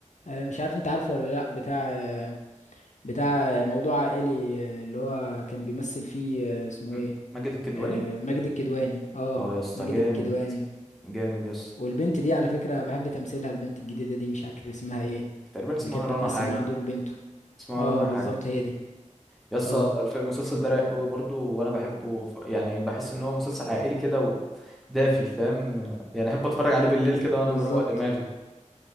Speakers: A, on the left; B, in the centre.
A: آه، مش عارف انت عارفه ولا لا بتاع آه، بتاع موضوع عائلي آه، اللي هو كان بيمثل فيه آه، اسمه
B: م-
A: ايه
B: ماجد الكدواني
A: آه، ماجد الكدواني اه
B: اه يا اسطى
A: ماجد
B: جامد
A: الكدواني
B: جامد يا اسطى
A: والبنت دي على فكره بحب تمثيلها البنت الجديده دي مش فاكر اسمها ايه
B: تقريبا اسمها
A: اللي كانت
B: رنا
A: بتمثل
B: حاجه
A: معاه دور بنته
B: اسمها
A: اه
B: رنا
A: بالظبط
B: حاجه
A: هي دي
B: يا اسطى
A: اه
B: الف- المسلسل ده رايق قوي برضه وانا بحبه ف- يعني بحس ان هو مسلسل عائلي كده ودافي فاهم يعني احب اتفرج عليه بالليل كده وانا
A: بالظبط
B: مروق دماغي